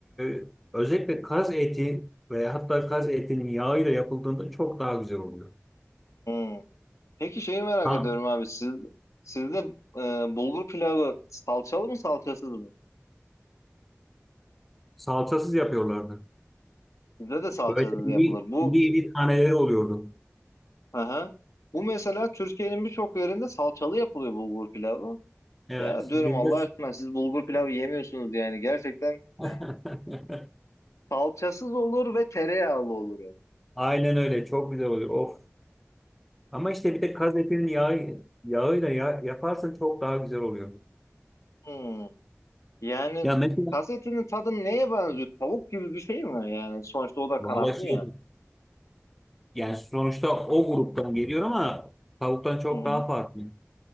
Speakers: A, in the centre; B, on the left.
A: e, özellikle kaz eti veya hatta kaz etinin yağıyla yapıldığında çok daha güzel oluyor.
B: Hmm. Peki şeyi merak
A: Ha,
B: ediyorum abi. Siz sizde e, bulgur pilavı salçalı mı salçasız mı?
A: salçasız yapıyorlardı.
B: Bizde de salçasız
A: Böyle iri
B: yapılır. Bu
A: iri, iri taneleri oluyordu.
B: hı hı. Bu mesela Türkiye'nin birçok yerinde salçalı yapılıyor bulgur pilavı.
A: Evet
B: Ya diyorum
A: bizde
B: Allah aşkına siz bulgur pilavı yemiyorsunuz yani. Gerçekten
A: <laughs>
B: e, salçasız olur ve tereyağlı olur. o.
A: aynen öyle çok güzel oluyor. Of. Ama işte bir de kaz etinin yağı, yağıyla ya, yaparsan çok daha güzel oluyor.
B: Hmm. Yani
A: Ya mesela
B: kas etinin tadı neye benziyor? Tavuk gibi bir şey mi? Yani sonuçta o da kanatlı
A: Vallahi
B: ya.
A: şey, Yani sonuçta o gruptan geliyor ama tavuktan çok
B: Hı hı.
A: daha farklı.